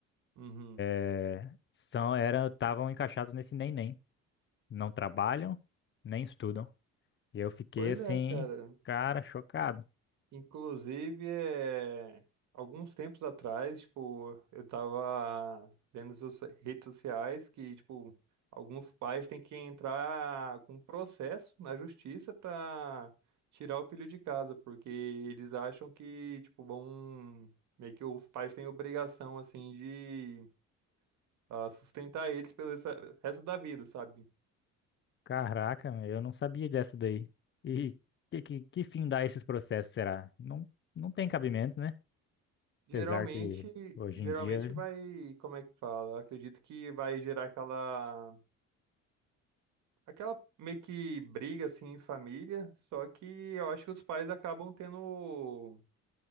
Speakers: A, on the right (about 65°); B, on the left (about 40°).
A: Uhum.
B: É, São eram estavam encaixados nesse nem nem, não trabalham, nem estudam. E eu fiquei
A: Pois
B: assim,
A: é, cara.
B: cara, chocado.
A: Inclusive, é... alguns tempos atrás, tipo, eu tava vendo as soci- redes sociais que, tipo, alguns pais têm que entrar com processo na justiça para tirar o filho de casa, porque eles acham que, tipo, vão... meio que os pais têm obrigação, assim, de ah, sustentar eles pelo resta- resto da vida, sabe?
B: Caraca, meu, eu não sabia dessa daí. E que, que, que fim dá esses processos, será? Não, não tem cabimento, né?
A: Geralmente,
B: Apesar que hoje
A: geralmente
B: em dia
A: vai, como é que fala? Eu acredito que vai gerar aquela Aquela meio que briga assim em família, só que eu acho que os pais acabam tendo